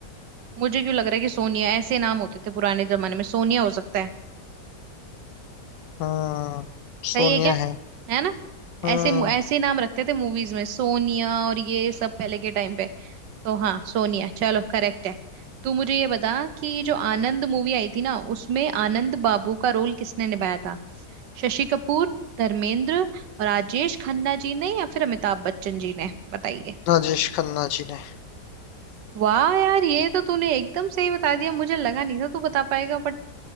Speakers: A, on the right (about 80°); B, on the left (about 80°).
A: मुझे क्यों लग रहा है कि सोनिया ऐसे नाम होते थे पुराने जमाने में सोनिया हो सकता है
B: हम्म
A: सही
B: सोनिया
A: है क्या
B: है
A: है ना
B: हम्म
A: ऐसे ऐसे नाम रखते थे मूवीज में सोनिया और ये सब पहले के टाइम पे तो हाँ सोनिया चलो करेक्ट है तू मुझे ये बता कि जो आनंद मूवी आई थी ना उसमें आनंद बाबू का रोल किसने निभाया था शशि कपूर धर्मेंद्र राजेश खन्ना जी ने या फिर अमिताभ बच्चन जी ने बताइए
B: राजेश खन्ना जी ने
A: वाह यार ये तो तूने एकदम सही बता दिया मुझे लगा नहीं था तू बता पाएगा बट